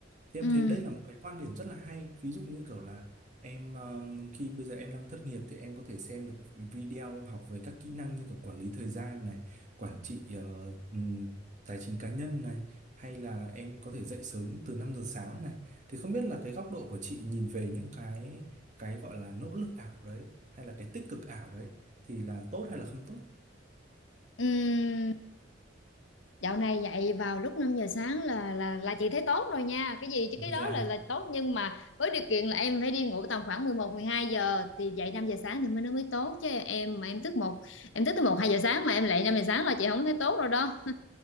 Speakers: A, on the right; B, on the left.
A: Thì em
B: ừm,
A: thấy đây là một cái quan điểm rất là hay. Ví dụ như kiểu là em um, khi bây giờ em đang thất nghiệp thì em có thể xem được video học về các kỹ năng như kiểu quản lý thời gian này, quản trị ờ, ừm, tài chính cá nhân này, hay là em có thể dậy sớm từ 5 giờ sáng này. Thì không biết là cái góc độ của chị nhìn về những cái cái gọi là nỗ lực ảo đấy hay là cái tích cực ảo đấy thì là tốt hay là không tốt?
B: ừm. Dạo này dậy vào lúc năm giờ sáng là là là chị thấy tốt rồi nha. Cái gì chứ cái đó
A: Dạ.
B: là là tốt nhưng mà với điều kiện là em phải đi ngủ tầm khoảng mười một mười hai giờ thì dậy 5 giờ sáng thì mới nó mới tốt chứ em mà em thức một em thức tới một 2 giờ sáng mà em dậy 5 giờ sáng là chị không thấy tốt rồi đó.